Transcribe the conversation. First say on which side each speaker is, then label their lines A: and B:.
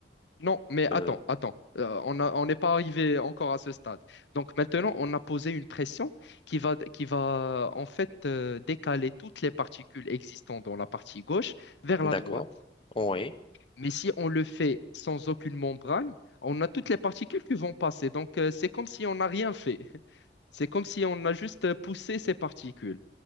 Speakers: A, on the left; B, on the left.
A: Non, mais attends,
B: euh,
A: attends. Euh, on a- on n'est pas arrivé encore à ce stade. Donc maintenant, on a posé une pression qui va, qui va en fait euh, décaler toutes les particules existantes dans la partie gauche vers
B: d'accord,
A: la droite.
B: oui,
A: Mais si on le fait sans aucune membrane, on a toutes les particules qui vont passer. Donc euh, c'est comme si on n'a rien fait. C'est comme si on a juste poussé ces particules.